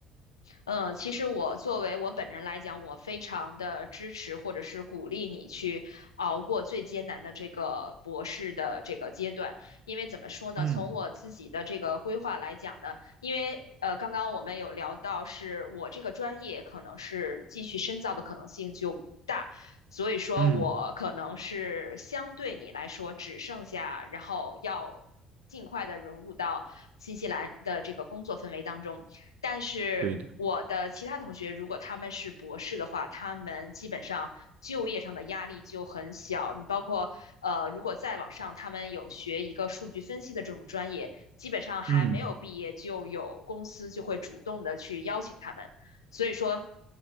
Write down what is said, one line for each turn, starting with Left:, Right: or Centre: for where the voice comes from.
Left: 呃，其实我作为我本人来讲，我非常的支持或者是鼓励你去熬过最艰难的这个博士的这个阶段，因为怎么说呢，
Right: 嗯
Left: 从我自己的这个规划来讲呢，因为。呃，刚刚我们有聊到，是我这个专业可能是继续深造的可能性就不大，所以说我可能是相对你来说只剩下，
Right: 嗯，
Left: 然后要尽快的融入到新西兰的这个工作氛围当中。但是我的其他同学，
Right: 对的。
Left: 如果他们是博士的话，他们基本上就业上的压力就很小。你包括呃，如果再往上，他们有学一个数据分析的这种专业，基本上还没有毕业就有公司就会主动的去邀请他们。
Right: 嗯。
Left: 所以说，